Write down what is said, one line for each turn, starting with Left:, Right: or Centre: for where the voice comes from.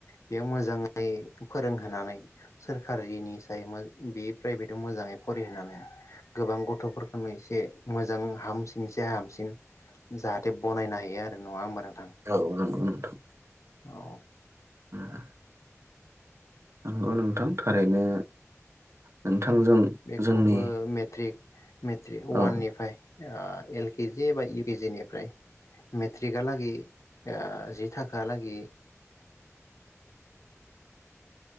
Left: बेयाव मोजाङै फोरोंहोनानै सोरखारिनि साय बे प्राइभेटाव मोजाङै फरायहोनानै गोबां गथ'फोरखौनो एसे मोजां हामसिन हामसिन जाहाथे बनायनो हायो आरो नङा होमबानो
Right: औ नंगौ नोंथां
Left: औ
Right: ओम नंगौ नोंथां थारैनो नोंथांजों
Left: बेखौबो
Right: जोंनि
Left: मेट्रिक मेट्रिक अवाननिफ्राय
Right: औ
Left: ओ एल के जि एबा इउ के जि निफ्राय मेट्रिकहालागै ओ जि थाखा लागै